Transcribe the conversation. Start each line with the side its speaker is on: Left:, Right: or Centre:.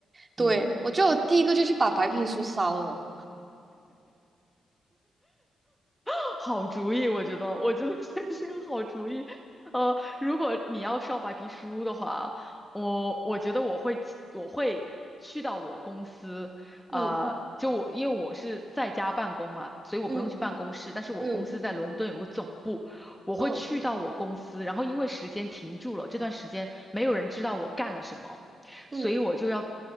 Right: 对，
Centre: 嗯。
Right: 我觉得我第一个就去把白皮书烧了。
Centre: <laughs> 好主意，我觉得，我觉得这是个好主意。呃，如果你要烧白皮书的话，我我觉得我会去我会去到我公司，呃，
Right: 嗯
Centre: 就我因为我是在家办公嘛，所以我不用去办公室，
Right: 嗯
Centre: 但是我公司在伦敦有个总部，
Right: 嗯
Centre: 我会去到我公司，
Right: 嗯，
Centre: 然后因为时间停住了，这段时间没有人知道我干了什么，
Right: 嗯，
Centre: 所以我就要。